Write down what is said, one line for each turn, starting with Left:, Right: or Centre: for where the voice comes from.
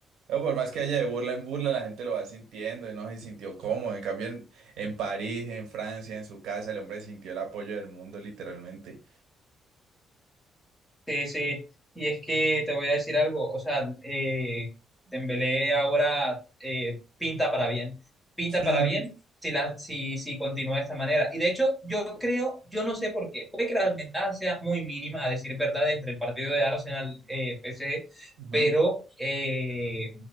Right: Pero por más que haya de burla en burla, la gente lo va sintiendo y no se sintió cómodo. En cambio, en, en París, en Francia, en su casa, el hombre sintió el apoyo del mundo, literalmente.
Centre: Sí, sí, y es que te voy a decir algo, o sea, eh, Dembélé ahora eh, pinta para bien, pinta
Right: Sí,
Centre: para bien
Right: sí.
Centre: si, la, si, si continúa de esta manera. Y de hecho, yo creo, yo no sé por qué, puede que la ventaja sea muy mínima, a decir verdad, entre el partido de Arsenal-PSG,
Right: Ujú.
Centre: pero eh,